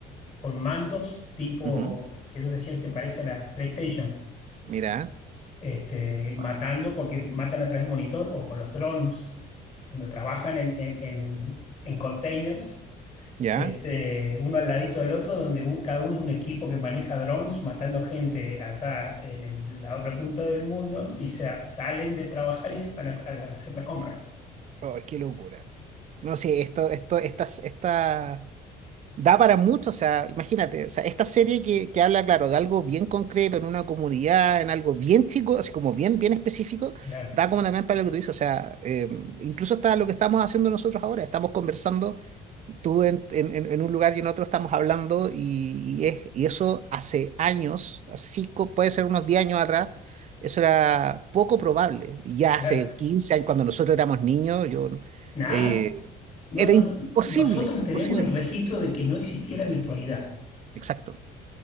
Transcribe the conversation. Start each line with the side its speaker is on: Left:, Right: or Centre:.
Left: con mandos tipo,
Right: Ujú.
Left: ellos decían se parece a la PlayStation,
Right: Mira,
Left: este, matando
Right: Wow.
Left: porque matan a través de monitor o con los drones, cuando trabajan en, en, en, en containers
Right: ya.
Left: este, uno al ladito del otro, donde u- cada uno es un equipo que maneja drones matando gente allá en el- la otra punta del mundo y se, salen de trabajar y se van a, a la- a hacer la compra.
Right: Oh, qué locura. No, sí, esto, esto, estas, esta, Da para mucho, o sea, imagínate, o sea, esta serie que, que habla, claro, de algo bien concreto, en una comunidad, en algo bien chico, así como bien, bien específico,
Left: Claro,
Right: da como también para lo que tú dices, o sea, eh, incluso hasta lo que estamos haciendo nosotros ahora, estamos conversando, tú en, en- en- en un lugar y en otro estamos hablando, y, y es, y eso hace años, así co- puede ser unos 10 años atrás, eso era poco probable. Ya
Left: claro.
Right: hace 15 años, cuando nosotros éramos niños, yo,
Left: Nada.
Right: eh,
Left: No,
Right: era
Left: no,
Right: imposible,
Left: no. Nosotros
Right: imposible.
Left: tenemos el registro de que no existiera virtualidad.
Right: Exacto,